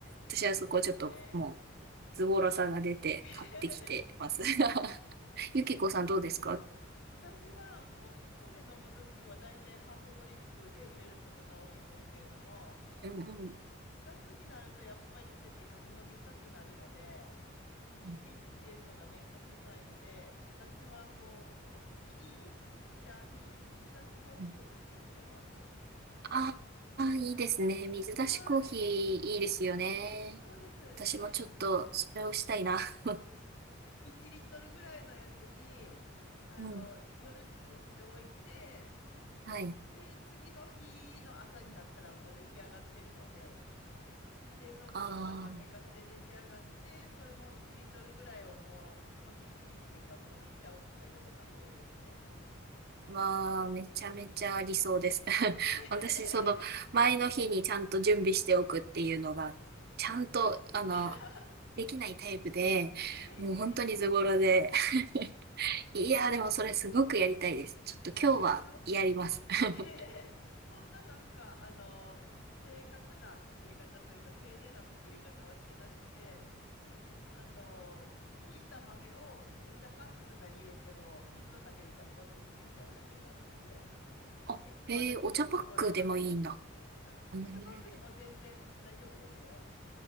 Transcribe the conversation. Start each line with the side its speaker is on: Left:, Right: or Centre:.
Right: 私はそこちょっともう、
Left: そうですよね。
Right: ズボラさが出て買ってきてます。
Left: <laughs>
Right: <laughs> ゆきこさんどうですか
Left: 私はホットで飲むときはだいたいハンドドリップで入れることが多いんですけれども、
Right: うんうん。
Left: 夏になるとやっぱりそうやってガブ飲みしたくなるので、いちいち入れるのがめんどくさいので、
Right: う
Left: 私はこう、大きいピッチャーに水出しコーヒーを作ってます。
Right: んああ、いいですね。水出しコーヒーいいですよね。
Left: はい。そうです。
Right: 私もちょっとそれをしたいな。
Left: で、
Right: <laughs>
Left: 1リットルぐらいのやつに、あの、
Right: うん。
Left: 夜作っておいて、
Right: はい。
Left: で、次の日の朝になったらもう出来上がってるので、冷蔵庫で一晩寝かして出来上がってそれも1リットルぐらいをもうその日1日でガブ飲みしちゃうとかいうのが多いですね。
Right: ああ、わあ、めちゃめちゃ理想です。<laughs>
Left: <laughs>
Right: 私、その、前の日にちゃんと準備しておくっていうのが、ちゃんと、
Left: あ
Right: あの、
Left: <laughs>
Right: できないタイプで、
Left: いえいえいえいえ
Right: もう本当にズボラで。<laughs> いやー、でもそれすごくやりたいです。
Left: いや私もな
Right: ちょっと今日はやります。<laughs>
Left: <laughs> そんななんかあの正確な作り方というか丁寧な作り方はしてなくてあのひいた豆をお茶パックとかに入れても水の中にジャポンってつけちゃうだけなんですよ。
Right: あ、
Left: 結構私もズボラなので
Right: えー、お茶パックでもいいんだ。
Left: あ、
Right: へー
Left: お茶パックでも全然大丈夫ですよ。